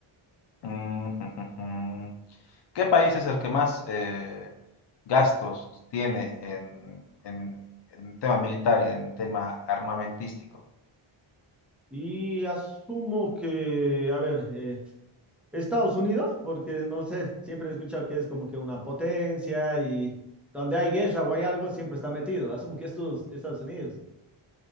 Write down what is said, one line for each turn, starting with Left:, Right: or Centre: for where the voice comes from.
Left: Mm, <laughs> ¿Qué país es el que más eh, gastos tiene en, en, en tema militar, en tema armamentístico?
Centre: Y asumo que, a ver, eh, Estados Unidos, porque no sé, siempre he escuchado que es como que una potencia y donde hay guerra o hay algo, siempre está metido. Asumo que estos Estados Unidos.